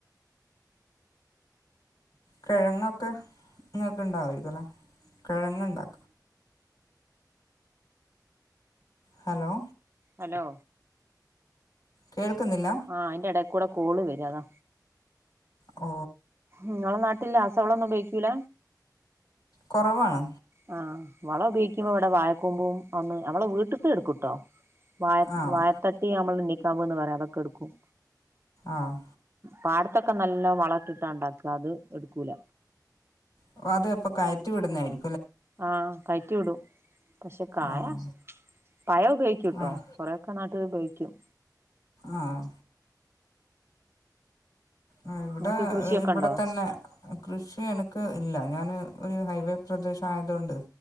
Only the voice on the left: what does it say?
കെഴങ്ങൊക്കെ നിങ്ങക്കിണ്ടാവൂല്ലേ കെഴങ്ങ് ഇണ്ടാ ഹലോ
കേൾക്കുന്നില്ല
ഓ
കുറവാണ്
ആഹ്
ആഹ്
അപ്പ അത് എപ്പ റ്റി വിടുന്നാരി
ആഹ്
ആഹ്
ആഹ് ആ ഇവിട
ഇവിടത്തന്നെ
കൃഷി എനിക്ക് ഇല്ല ഞാന് ഒരു ഹൈവേ പ്രദേശ ആയതോണ്ട്